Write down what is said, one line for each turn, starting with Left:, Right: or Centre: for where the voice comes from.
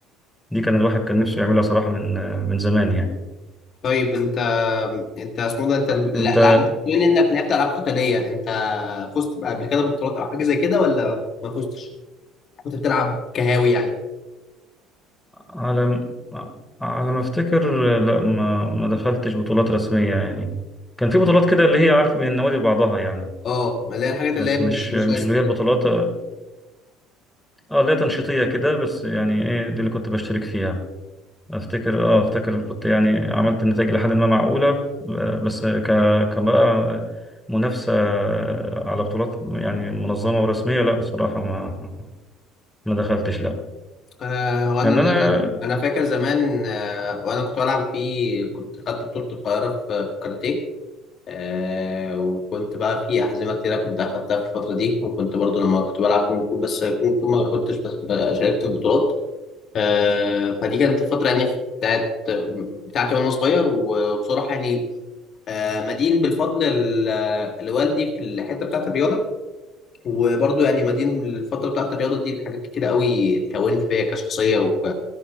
Centre: دي كان الواحد كان نفسه يعملها صراحة من من زمان يعني
Left: طيب انت انت اسمه ده انت ال-
Centre: أنت
Left: الالعاب بما انك لعبت العاب قتاليه انت فزت بقى قبل كده ببطولات او حاجه زي كده ولا ما فزتش؟ كنت بتلعب كهاوي يعني
Centre: على م- على ما أفتكر لا ما ما دخلتش بطولات رسمية يعني كان في بطولات كده اللي هي عارف من النوادي بعضها يعني
Left: اه ما اللي هي الحاجات
Centre: بس
Left: اللي هي
Centre: مش
Left: مش مش
Centre: مش
Left: رسمي
Centre: اللي هي البطولات
Left: دي
Centre: اه اللي هي تنشيطية كده بس يعني ايه دي اللي كنت بشترك فيها افتكر اه افتكر اللي كنت يعني عملت النتائج لحد ما معقولة ب- بس ك كان بقى منافسة على بطولات يعني منظمة ورسمية لا صراحة ما ما دخلتش لا
Left: آه وانا
Centre: لأن
Left: انا
Centre: أنا
Left: انا فاكر زمان آه وانا كنت بلعب في كنت خدت بطوله القاهره في في الكاراتيه آه وكنت بقى في احزمه كتيره كنت اخدتها في الفتره دي وكنت برضو لما كنت بلعب كونغ فو بس كونغ فو ما كنتش بس- شاركت في بطولات آه، فدي كانت الفترة يعني بتاعت بتاعتي وأنا صغير و- وبصراحة يعني آه، مدين بالفضل ال- لوالدي في الحتة بتاعت الرياضة وبرضه يعني مدين بالفترة بتاعت الرياضة دي لحاجات كتيرة قوي اتكونت فيا كشخصية وك...